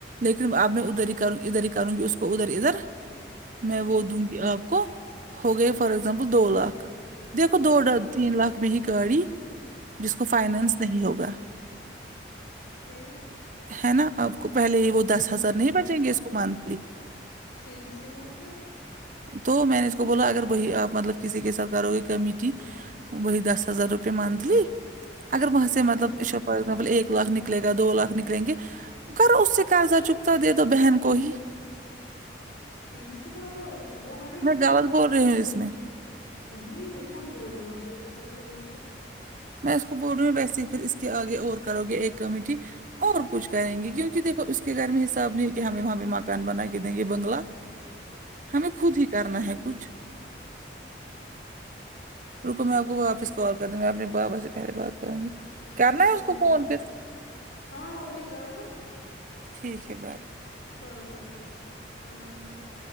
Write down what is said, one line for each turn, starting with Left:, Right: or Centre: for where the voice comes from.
Right: لیکن اب میں ادھر ہی کروں ادھر ہی کروں گی اس کو ادھر ادھر میں
Left: ہوں
Right: وہ دوں گی آپ کو ہو گئے فار ایگزامپل دو لاکھ دیکھو
Left: ہوں
Right: دو ڈن تین لاکھ میں ہی گاڑی جس کو
Left: ہوں
Right: فائنانس نہیں ہوگا
Left: پھر
Right: ہے نہ آپ کو پہلے ہی وہ دس
Left: ہاں
Right: ہزار نہیں بچیں گے اس کو منتھلی
Left: سیدھی سی بات ہے
Right: تو میں نے اس کو بولا اگر وہی آپ مطلب کسی کے ساتھ کرو گے کمیٹی وہی دس ہزار روپئے منتھلی اگر وہاں سے
Left: ہوں
Right: مطلب
Left: ہوں
Right: اشا فرض میں بولی ایک لاکھ نکلے گا دو لاکھ نکلیں گے کرو اس سے قرضہ چکتا دے دو بہن کو ہی
Left: سیدھی سی بات ہیں اور کیا ہوگا نہیں
Right: میں گلت بول رہی ہوں اس میں
Left: نہیں یے کونسی گلت بات ہے یے تو صحیح ہے بالکل
Right: میں اس کو بول رہی ہوں ویسے اس کے آگے اور کرو گے ایک کمیٹی اور کچھ کہیں گے کیونکی دیکھو اس کے گھر میں حساب نہیں کہ ہم وہاں پے مکان بنا کے دینگے بنگلہ
Left: ہوں
Right: ہمیں خود ہی کرنا ہے کچھ
Left: <unintelligible>
Right: رکو میں آپ کو واپس کال کروں میں اپنے بابا سے پہلے بات کروں گی
Left: ہاں
Right: کرنا
Left: ہاں
Right: ہے
Left: کرو
Right: اس کو
Left: جب
Right: فون پھر
Left: ہاں اس کی کرو نہ
Right: ٹھیک ہے بار
Left: چلو کوئی نہیں اللہ حافظ